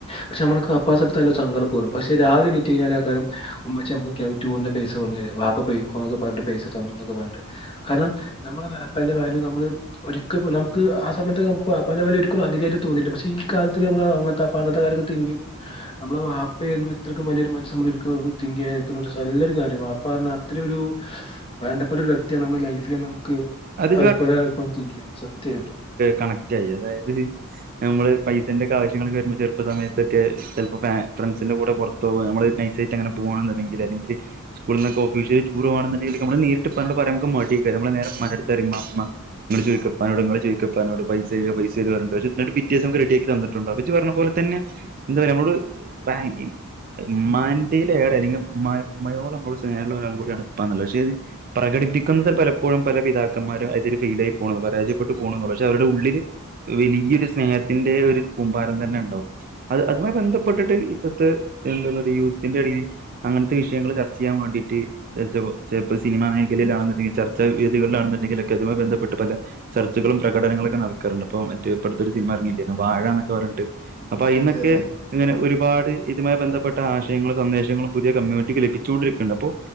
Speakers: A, on the left; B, on the right.
A: പക്ഷെ നമ്മു അപ്പാ സമയത്ത് നല്ല സങ്കടപ്പ വരും പക്ഷെ രാവിലെ എണീറ്റ് കഴിഞ്ഞാൽ ആക്കാരം ഉമ്മച്ചി നമുക്ക് ടൂറിന്റെ പൈസ തന്ന് വാപ്പ പോക്കോന്നക്കെ പറഞ്ഞി് പൈസ തന്നൊക്കെ പറഞ് കാരണം നമ്മുടെ വാപ്പാന്റെ വാല്യൂ നമ്മള് ഒരിക്ക നമുക്ക് സമയത്ത് നുക്ക്പ്പാ വാപ്പാന്റെ ഒരിക്കലും അധികരിം തോന്നയില്ല പക്ഷെ ഈ കാലത്ത് നമ്മ അങ്ങത്തെ വാപ്പാനത്തെ കാലത്ത് <unintelligible> നമ്മളെ വാപ്പുന്ന ഇത്രക്കും വലിയരു മനസ്സ് നമ്മ ഇരിക്കുന്നു തിങ്ക് ചെയുക നല്ലൊരു കാര്യമാണ് വാപ്പ പറഞാ അത്ര ഒരു വേണ്ടപ്പെട്ട ഒരു വ്യക്തിയാണ് നമ്മുടെ ലൈഫ് നമുക്ക്
B: അത്
A: ഇപ്പോഴാ <unintelligible> സത്യമായിട്ടും
B: കണക്ട് ആയി അതായത് നമ്മള് പൈസന്റെ ഒക്കെ ആവശ്യ രുമ്പോ ചെറു സയൊക്കെ ചെപ്പോ ഫ്രണ്ട്സിന്റെ കൂടെ പുറത്ത് പേവ നമ്മ നൈസായിട്ട് അങ്ങന പോകണെന്നുണ്ടെങ്കിൽ അല്ലെങ്കില് സ്കൂളിൽന്നക്കെ ഓഫീഷ്യ ടൂർ പോണമെന്നുണ്ടെങ്കിൽ നമ്മ നേരിട്ട് ഉപ്പാനോട് പറയാൻ മടി ആയിരിക്കും നമ്മള് ഉമ്മന്റെ അടുത്ത് പറയും ഉമ്മാ ഉമ്മാ നിങ്ങൾ ചോദിക്കെ ഇപ്പാനോട് ചോദിക്കെ ഇപ്പാനോട് പൈസ തരുമോ പൈസ തരുമോ എന്ന് പിറ്റേ ദിവസം റെഡി ആക്കി തന്നിട്ടുണ്ട് ണ്ട് ഇജ് പറഞ്ഞ പോലെ തന്നെ എന്താ പറയാ നമ്മളോട് ബയങ്ക ഉമമാന്റെയില ഏറെ അല്ലെങ്കിൽ ഉ ഉമ്മയോട് നമ്മോട് സ്നേഹമുള്ള ആൺകൂട്ടിയാണ് ഇപ്പാ എന്നുള്ളത് പക്ഷേ അത് പ്രകടിപ്പിക്കുന്നത് പല ഇപ്പോഴും പല പിതാക്കന്മാരും അതിൽ ഫെയിൽ ആയി പോകണുന്നു പരാജയപ്പെട്ട് പോകുന്നു പക്ഷെ അവരുടെ ഉള്ളില് വലിയൊരു സ്നേഹത്തിന്റെ ഒരു കൂമ്പാരം തന്നെ ഉണ്ടാവും അത് അതുമായി ബന്ധപ്പെട്ടിട്ട് ഇപ്പഴത്തെ എന്താ പറയ യൂത്തിന്റെ ഇടയിൽ അങ്ങനത്തെ വിഷയങ്ങൾ ചർച്ച ചെയ്യാൻ വേണ്ടിയിട്ട് ചിലപ്പോ സിനിമ മേഖലയിലാണെങ്കിൽ ചർ ച്ച വേതികളിലണെന്നുണ്ടെിലൊക്കെ അതുമായി ബന്ധപ്പെട്ട് പല ചർച്ചുകളും പ്രകടനങ്ങളും ഒക്കെ നടക്കാറുണ്ട് ഇപ്പ മറ്റേ ഇപ്പഴത്തെ ഒരു സിനിമ ഇറങ്ങില്ലേ വാഴന്നൊക്കെ പറഞ്ഞിട്ട് അപ്പൊ അയിനൊക്കെ
A: അതെ അതെ അതെ
B: അങ്ങനെ ഒരുപാട് ഇതുമായി ബന്ധപ്പെട്ട ആശയങ്ങളും സന്ദേശങ്ങളും പുതിയ കമ്മ്യൂണിറ്റിക്ക് ലഭിച്ചുകൊണ്ടിരിക്കുന്നുണ്ട് അപ്പോ